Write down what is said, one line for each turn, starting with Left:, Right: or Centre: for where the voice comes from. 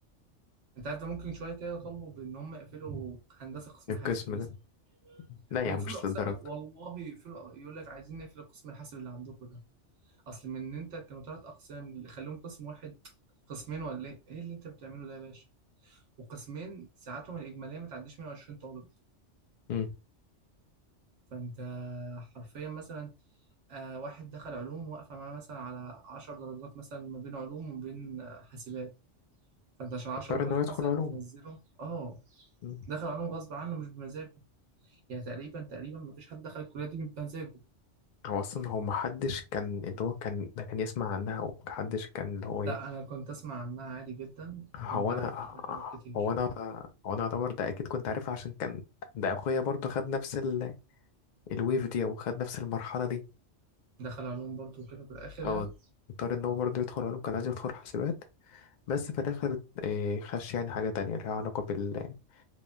Right: انت عارف ده ممكن شويه كده يطالبوا بان هم يقفلوا هندسه قسم
Left: القسم
Right: حاسب مثلا
Left: ده لا يا
Right: او يقفلوا
Left: عم مش
Right: الاقسام
Left: للدرجة
Right: والله يقفلوا يقول لك عايزين نقفل قسم الحاسب اللي عندكم ده اصل من ان انت كانوا ثلاث اقسام اللي خليهم قسم واحد قسمين ولا ايه ايه اللي انت بتعمله ده يا باشا وقسمين ساعاتهم الاجماليه ما تعديش 120 طالب
Left: امم
Right: فانت حرفيا مثلا آه واحد دخل علوم واقفة معاه مثلا على عشر درجات مثلا ما بين علوم وبين آه، حاسبات فانت عشان عشر
Left: اضطر
Right: درجات
Left: ان هو يدخل
Right: مثلا
Left: علوم
Right: تنزله اه
Left: مم.
Right: دخل علوم غصب عنه مش بمزاجه يعني تقريبا تقريبا ما فيش حد دخل الكلية دي بمزاجه
Left: هو اصلا هو محدش كان اللي هو كان ده كان يسمع عنها ومحدش كان اللي هو ايه
Right: لا انا كنت اسمع عنها عادي جدا
Left: هو
Right: كنت عارف
Left: انا
Right: عنها حاجات كتير
Left: هو انا هو انا اعتبر ده اكيد كنت عارفها عشان كان ده اخويا برضه خد نفس ال... الويف دي او خد نفس المرحلة دي
Right: دخل علوم برضو كده في الاخر
Left: اه
Right: يعني
Left: اضطر ان هو برضه يدخل علوم كان عايز يدخل حسابات بس في الاخر إيه خش يعني حاجة تانية ليها علاقة بالمجال